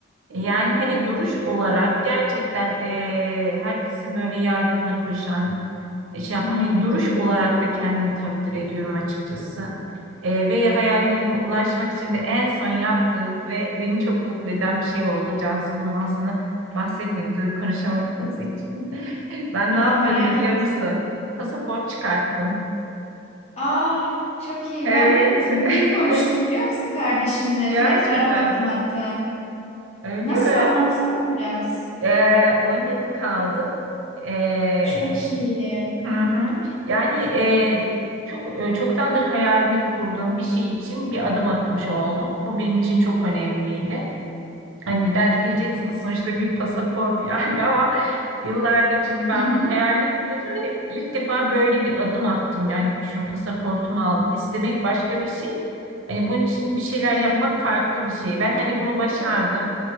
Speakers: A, on the right; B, on the left.
A: yani hani duruş olarak gerçekten e, herkesin böyle yardımına koşan, e, şey yapan,
B: Hı hı.
A: hani duruş olarak da kendimi takdir ediyorum açıkçası. E, ve hayallerime
B: Evet.
A: ulaşmak için de en son yaptığım ve beni çok mutlu eden bir şey oldu. Cansu bundan sana bahsetmedim tabii konuşamadığımız <laughs> için. Ben
B: Aa
A: ne yaptım
B: merak
A: biliyor
B: ettim.
A: musun? Pasaport çıkarttım.
B: Aa çok iyi.
A: Evet.
B: Ben de bugün konuştuk
A: <laughs>
B: biliyor musun kardeşimle?
A: Gerçekten
B: Fiyatlara baktım hatta.
A: öyle
B: Nasıl
A: mi?
B: anlatsana biraz.
A: Ee, 10 yıllık kaldım. Ee,
B: Çok
A: işte-
B: iyi.
A: Hı hı. Yani e, çok e, çoktandır hayalini kurduğum bir şey için bir adım atmış oldum. Bu benim için çok önemliydi. Hani belki diyeceksin ki sonuçta bir pasaport yani <laughs> ama yıllardır çünkü ben
B: Hı hı.
A: bunun hayalini kuruyordum ve ilk defa böyle bir adım attım. Yani düşün pasaportumu aldım. İstemek başka bir şey. Hani bunun için bir şeyler
B: Evet.
A: yapmak farklı bir şey. Ben hani bunu başardım.